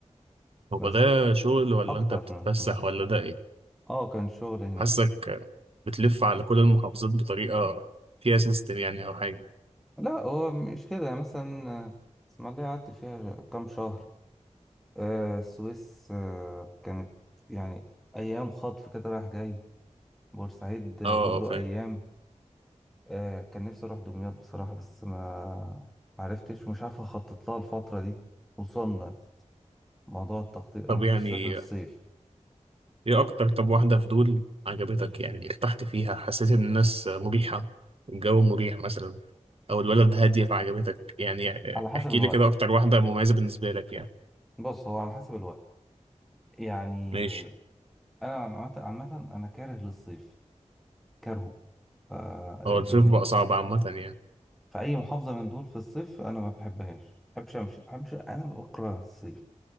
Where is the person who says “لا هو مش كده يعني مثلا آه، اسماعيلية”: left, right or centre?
Centre